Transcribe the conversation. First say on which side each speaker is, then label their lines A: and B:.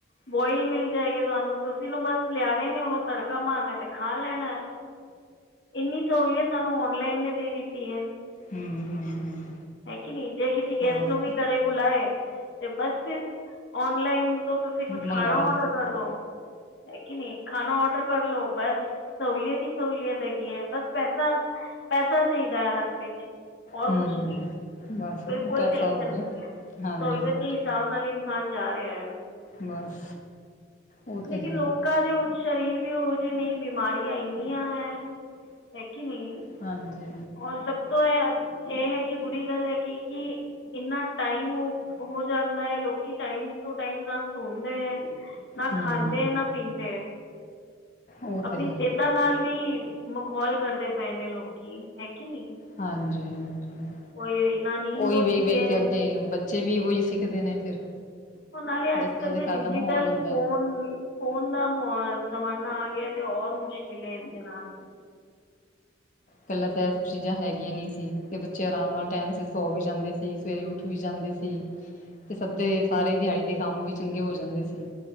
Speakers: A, on the left; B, on the left.
A: ਬੋਇਲ ਮਿਲ ਜਾਏਗਾ ਤੁਹਾਨੂੰ ਤੁਸੀਂ ਨੂੰ ਬਸ ਲਿਆਣੇ ਨੇ ਉਹਨੂੰ ਤੜਕਾ ਮਾਰਨਾ ਤੇ ਖਾ ਲੈਣਾ। ਇੰਨੀ ਸਹੂਲੀਅਤ ਸਾਨੂੰ ਔਨਲਾਈਨ ਨੇ ਦੇ ਦਿੱਤੀ ਹੈ।
B: ਹਮ ਹਮ ਹਮ
A: ਹੈ ਕਿ ਨੀ ਜੇ ਕਿਸੀ ਗੈਸਟ
B: ਹਾਂ
A: ਨੂੰ ਵੀ ਘਰੇ ਬੁਲਾਏ। ਤੇ ਬਸ ਫਿਰ, ਆਨਲਾਈਨ ਤੋਂ ਤੁਸੀਂ ਕੁਛ
B: ਮੰਗਾ
A: ਖਾਣਾ
B: ਲ
A: ਆਰਡਰ ਕਰਦੋ ਹੈ ਕਿ ਨਹੀਂ। ਖਾਣਾ ਆਰਡਰ ਕਰਲੋ ਬਸ ਸਹੂਲੀਅਤ ਹੀ ਸਹੂਲੀਅਤ। ਹੈਗੀ ਹੈ, ਬਸ ਪੈਸਾ-ਪੈਸਾ ਚਾਹੀਦਾ ਹੈ ਹੱਥ ਵਿੱਚ। ਹੋਰ
B: ਹਮ
A: ਕੁਛ ਨਹੀਂ
B: ਬਸ
A: ਫਿਰ ਕੋਈ
B: ਪੈਸਾ
A: ਟੈਂਸ਼ਨ
B: ਹੋਵੇ
A: ਨਹੀਂ ਹੈ।
B: ਹਾਂਜੀ
A: ਸਹੂਲੀਅਤ ਦੇ ਹਿਸਾਬ ਨਾਲ ਇਨਸਾਨ ਜਾ ਰਿਹਾ ਹੈ।
B: ਬਸ ਉਹ
A: ਲੇਕਿਨ
B: ਤੇ ਹੈ
A: ਲੋਕਾਂ ਦੇ ਹੁਣ ਸ਼ਰੀਰ ਵੀ ਓਹੋ ਜਿਹੇ ਨਹੀਂ ਬਿਮਾਰੀਆਂ ਇੰਨੀਆਂ ਹੈ। ਹੈ ਕਿ ਨਹੀਂ
B: ਹਾਂਜੀ
A: ਹੋਰ ਸਭ ਤੋਂ ਇਹ, ਇਹ ਹੈਗੀ ਬੁਰੀ ਗੱਲ ਹੈਗੀ ਕਿ ਇੰਨਾ ਟਾਈਮ ਹੋ-ਹੋ ਜਾਂਦਾ ਹੈ ਲੋਕੀ ਟਾਈਮ ਟੂ ਟਾਈਮ ਨਾ ਸੌਂਦੇ ਐ ਨਾ
B: ਹਮ
A: ਖਾਂਦੇ ਨਾ ਪੀਂਦੇ
B: ਉਹ
A: ਆਪਣੀ
B: ਤੇ ਹੈ
A: ਸੇਹਤਾ ਨਾਲ ਵੀ ਮਖੌਲ ਕਰਦੇ ਪਏ ਨੇ ਲੋਕੀ, ਹੈ ਕਿ ਨਹੀਂ।
B: ਹਾਂਜੀ-ਹਾਂਜੀ,
A: ਓਏ ਹੋਏ ਨਾ ਨੀਂਦ
B: ਉਹੀ
A: ਆਉਂਦੀ
B: ਵੇਖ-ਵੇਖ
A: ਹੈ
B: ਕੇ ਅੱਗੇ ਬੱਚੇ ਵੀ ਉਹੀ ਸਿੱਖਦੇ ਨੇ। ਫਿਰ
A: ਉਹ ਨਾਲੇ ਅੱਜ-ਕੱਲ
B: ਜਿਸ ਤਰ੍ਹਾਂ
A: ਦੇ
B: ਘਰ
A: ਡਿਜੀਟਲ
B: ਦਾ ਮਾਹੌਲ ਹੁੰਦਾ
A: ਫੋਨ-ਫੋਨ
B: ਹੈ
A: ਦਾ ਜ਼ਮਾਨਾ ਆ ਗਿਆ ਤੇ ਹੋਰ ਮੁਸ਼ਕਿਲ ਏ ਇੰਦੇ ਨਾਲ।
B: ਪਹਲਾ ਤਾਂ ਇਹ ਸਭ ਚੀਜ਼ਾਂ ਹੈਗੀਆਂ ਨਹੀ ਸੀ, ਤੇ ਬੱਚੇ ਆਰਾਮ ਨਾਲ ਟਾਈਮ ਸਰ ਸੋ ਵੀ ਜਾਂਦੇ ਸੀ। ਸਵੇਰੇ ਉੱਠ ਵੀ ਜਾਂਦੇ ਸੀ, ਤੇ ਸਬਦੇ ਸਾਰੇ ਦਿਹਾੜੀ ਦੇ ਕੰਮ ਵੀ ਚੰਗੇ ਹੋ ਜਾਂਦੇ ਸੀ।